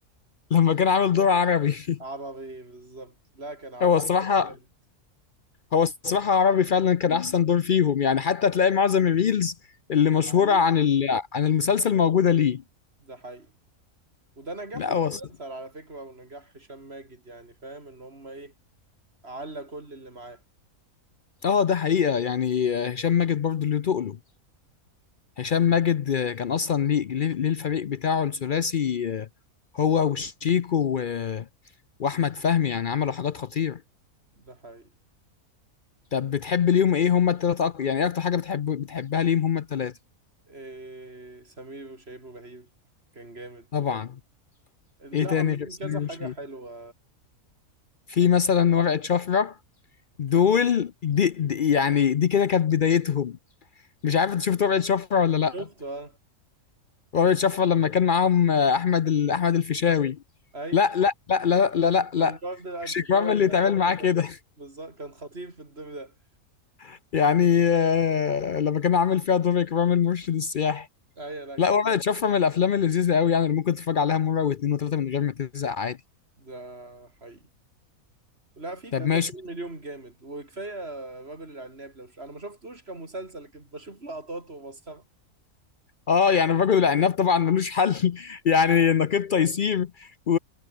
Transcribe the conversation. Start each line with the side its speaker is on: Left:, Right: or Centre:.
Left: لما كان عامل دور عربي <laughs>
Right: عربي بالظبط لا كان عامل
Left: هو الصراحة
Right: الدور جامد
Left: هو الصراحة عربي فعلا كان أحسن دور فيهم يعني حتى تلاقي معظم الريلز اللي مشهورة
Right: عليه
Left: عن ال... عن المسلسل موجودة ليه
Right: ده حقيقي وده نجاح
Left: لا
Right: المسلسل
Left: هو الص-
Right: على فكره ونجاح هشام ماجد يعني فاهم ان هم ايه على كل اللي معاه
Left: اه ده حقيقة يعني هشام ماجد برضه اللي تقله هشام ماجد كان أصلا ليه ليه ليه الفريق بتاعه الثلاثي آه، هو وشيكو و... وأحمد فهمي يعني عملوا حاجات خطيرة
Right: ده حقيقي
Left: طب بتحب ليهم إيه هما التلاتة أك... يعني إيه أكتر حاجة بتحب بتحبها ليهم هما التلاتة
Right: إيه سمير وشهير وبهير كان جامد
Left: طبعا
Right: لا
Left: إيه تاني
Right: عاملين
Left: غير سمير
Right: كذا حاجه
Left: وشيكو
Right: حلوه
Left: في
Right: كان
Left: مثلا ورقة شفرة دول
Right: كان
Left: دي, دي يعني دي كده كانت بدايتهم مش عارف انت شفت ورقة شفرة ولا لا
Right: شفته اه
Left: ورقة شفرة لما كان معاهم آه، احمد ال... احمد الفيشاوي
Right: اي
Left: لا لا لا لا لا لا, لا.
Right: كان النهارده بقى
Left: مش
Right: الفيشاوي
Left: اكرام اللي
Right: كان
Left: يتعمل
Right: الدور
Left: معاه
Right: ده
Left: كده
Right: خ- بالظبط كان خطير في الدور ده
Left: <laughs> يعني آه، لما كان عامل فيها دور اكرام المرشد السياحي
Right: ايوه لا كان
Left: لا ورقة
Right: جامد
Left: شفرة من الافلام اللذيذة قوي يعني اللي ممكن تتفرج عليها مرة واثنين وثلاثة من غير ما تزهق عادي
Right: ده حقيقي لا في كذا
Left: طب ماشي
Right: فيلم اليوم جامد وكفايه رجل العناب لو ش... انا ما شفتوش كمسلسل لكن بشوف لقطات وبسخرة
Left: اه يعني الرجل العناب طبعا ملوش حل <laughs> يعني نقيب تيسير و...